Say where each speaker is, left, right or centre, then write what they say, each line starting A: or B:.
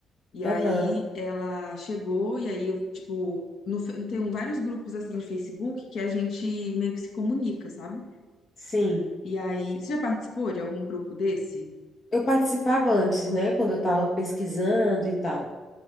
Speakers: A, on the left (about 65°); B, on the left (about 35°).
A: E aí
B: aham,
A: ela chegou, e aí eu, tipo, no, fe- tem um- vários grupos assim no Facebook que a gente meio que se comunica, sabe?
B: sim.
A: E aí, você já participou de algum grupo desse?
B: Eu participava antes, né? Quando eu estava pesquisando e tal.